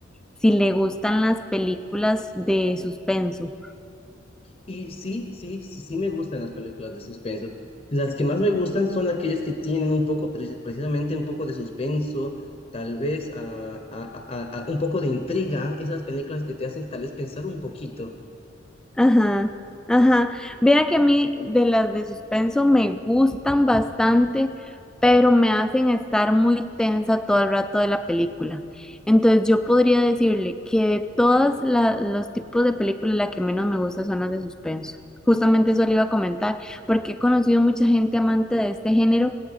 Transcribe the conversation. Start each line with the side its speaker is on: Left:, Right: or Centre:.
Centre: si le gustan las películas de suspenso.
Left: Y sí, sí, sí, sí me gustan las películas de suspenso. Las que más me gustan son aquellas que tienen un poco, preci- precisamente un poco de suspenso, tal vez ah, a- a- a- a- un poco de intriga, esas películas que te hacen tal vez pensar un poquito.
Centre: Ajá, ajá. vea que a mí de las de suspenso me gustan bastante, pero me hacen estar muy tensa todo el rato de la película. Entonces yo podría decirle que de todos los tipos de películas, la que menos me gusta son las de suspenso. Justamente eso le iba a comentar, porque he conocido mucha gente amante de este género